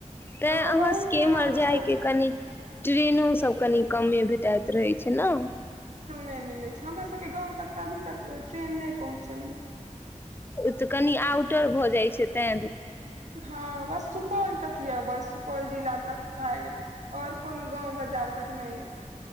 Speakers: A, on the left (about 15°); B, on the right (about 65°).
A: तैँ
B: तऽ ओकर
A: अहाँसँ
B: बहुत
A: के
B: नाम
A: इमहर जाय
B: छै ओतऽ
A: के कनि ट्रेनो सब कनि कमे भेटाइत रहै छै न
B: नैय मिलै छै हमर सब गाँव तक तऽ अभी तक ट्रेन नहि पहुँचल यै
A: ओ तऽ कनि आउटर भऽ जाइ छै तैं
B: हँ बस सुपौल तक यए बस सुपौल जिला तक भए गेल आऔर कोनो गाँंव बाजार तक नहि अय